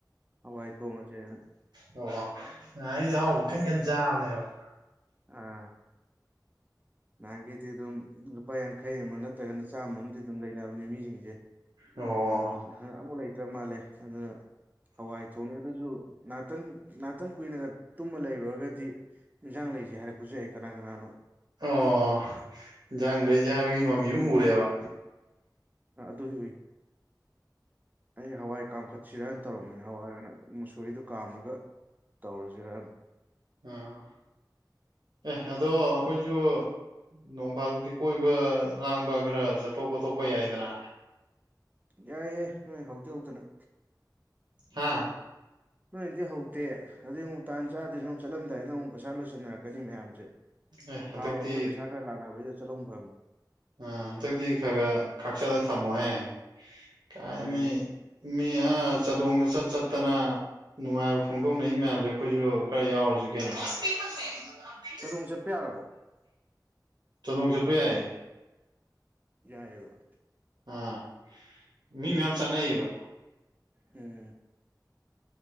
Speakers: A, on the right; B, on the right.
A: ꯍꯋꯥꯏ ꯊꯣꯡꯉꯖꯦꯅ
B: ꯑꯣ ꯑꯣ ꯉꯍꯥꯟꯈꯩꯗꯤ ꯑꯍꯥꯎꯕ ꯈꯟ ꯈꯟ ꯆꯥꯕꯅꯦꯕ
A: ꯑꯥ ꯅꯍꯥꯟꯈꯩꯗꯤ ꯑꯗꯨꯝ ꯂꯨꯄꯥ ꯌꯥꯡꯈꯩ ꯑꯃ ꯅꯠꯇ꯭ꯔꯒꯅ ꯆꯥꯝꯃ ꯑꯝꯗꯤ ꯑꯗꯨꯝ ꯂꯩꯅꯕꯅꯦ ꯃꯤꯖꯤꯡꯖꯦ
B: ꯑꯣ
A: <unintelligible> ꯑꯃꯨꯛ ꯂꯩꯇ꯭ꯔ ꯃꯥꯜꯂꯦ ꯑꯗꯨꯅ ꯍꯋꯥꯏ ꯊꯣꯡꯅꯦ ꯑꯗꯨꯖꯨ ꯉꯛꯇꯪ ꯉꯥꯛꯇꯪ ꯀꯨꯏꯅꯒ ꯇꯨꯝꯃ ꯂꯩꯔꯨꯔꯒꯗꯤ ꯏꯟꯖꯥꯡ ꯂꯩꯖꯦ ꯍꯥꯏꯔꯛꯄꯁꯨ ꯑꯩ ꯀꯅꯥ ꯀꯅꯥꯅꯣ
B: ꯑꯣ ꯏꯟꯖꯥꯡ ꯂꯩꯖꯦ ꯍꯥꯏꯕꯒꯤ ꯃꯃꯤ ꯑꯃ ꯎꯔꯦꯕ
A: ꯑꯥ ꯑꯗꯨꯗꯤ ꯎꯏ ꯑꯩ ꯍꯋꯥꯏ ꯀꯥꯝꯈꯠꯁꯤꯔꯅ ꯇꯧꯔꯝꯕꯅꯤ ꯍꯋꯥꯏ ꯑꯣꯏꯅ ꯃꯨꯁꯣꯏꯔꯤꯗꯣ ꯀꯥꯝꯃꯒ ꯇꯧꯔꯖꯤꯔꯅ
B: ꯑꯥ ꯑꯦ ꯑꯗꯣ ꯑꯩꯈꯣꯏꯖꯨ ꯅꯣꯡ ꯐꯥꯗꯣꯛꯇꯤ ꯀꯣꯏꯕ ꯂꯥꯡꯕ ꯈꯔ ꯆꯠꯊꯣꯛ ꯈꯣꯠꯇꯣꯛꯄ ꯌꯥꯏꯗꯅ
A: ꯌꯥꯏ ꯌꯥꯏ ꯅꯣꯏ ꯍꯧꯗꯤ ꯍꯧꯗꯅ
B: ꯍꯥꯥ
A: ꯅꯣꯏꯅꯗꯤ ꯍꯧꯗꯦ ꯑꯗꯨꯗꯩ ꯑꯃꯨꯛ ꯇꯥꯟ ꯆꯥꯗ꯭ꯔꯤꯖꯤꯅ ꯑꯃꯛ ꯆꯠꯂꯝꯗꯥꯏꯗ ꯑꯃꯨꯛ ꯄꯩꯁꯥ ꯂꯣꯏꯁꯟꯅꯔꯛꯀꯅꯤ ꯃꯌꯥꯝꯖꯦ
B: ꯑꯦ ꯍꯟꯗꯛꯇꯤ
A: ꯊꯥ ꯍꯧꯔꯛꯄꯩ ꯄꯩꯁꯥ ꯈꯔ ꯂꯥꯛꯅꯕꯩꯗ ꯆꯠꯂꯧ ꯐꯕꯅꯤ
B: ꯎꯝ ꯑꯗꯨꯗꯤ ꯈꯔ ꯈꯔ ꯈꯥꯛꯆꯜꯂ ꯊꯝꯃꯣꯍꯦ ꯀꯥꯏꯃꯤ
A: ꯌꯥꯏ
B: ꯃꯤ ꯑꯥ ꯆꯥꯗꯣꯡꯗ ꯆꯠ ꯆꯠꯇꯅ ꯅꯨꯡꯉꯥꯏꯕ ꯐꯣꯡꯗꯣꯛꯅꯩ ꯃꯌꯥꯝꯖꯦ ꯑꯩꯈꯣꯏꯁꯨ ꯈꯔ ꯌꯥꯎꯔꯖꯤ ꯀꯩꯅꯣ ꯄꯤꯄꯜ ꯊ <inaudible>
A: ꯆꯗꯣꯡ ꯆꯠꯄ ꯌꯥꯔꯕꯣ
B: ꯆꯥꯗꯣꯡ ꯆꯠꯄ ꯌꯥꯏꯌꯦ
A: ꯌꯥꯏꯌꯦꯕ
B: ꯑꯥ ꯃꯤ ꯃꯌꯥꯝ ꯆꯥꯅꯩꯌꯦꯕ
A: ꯎꯝ